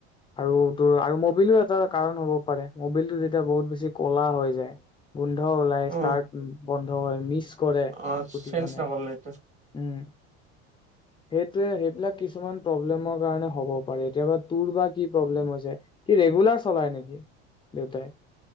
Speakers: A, on the left; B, on the right.
A: আৰু তোৰ আৰু মবিলো এটা কাৰণ হ'ব পাৰে, মবিলটো যেতিয়া বহুত বেছি কলা হৈ যায় গোন্ধ ওলাই
B: উম
A: ষ্টাৰ্ট বন্ধ হয় মিছ কৰে
B: অ
A: স্কুটিখনে।
B: চেঞ্জ নকৰিলে এইটো
A: উম। সে টোৱে সেইবিলাক কিছুমান প্ৰব্লেমৰ কাৰণে হ'ব পাৰে। এতিয়া বা তোৰ বা কি প্ৰব্লেম হৈছে? কি ৰেগুলাৰ চলাই নেকি দেউতাই?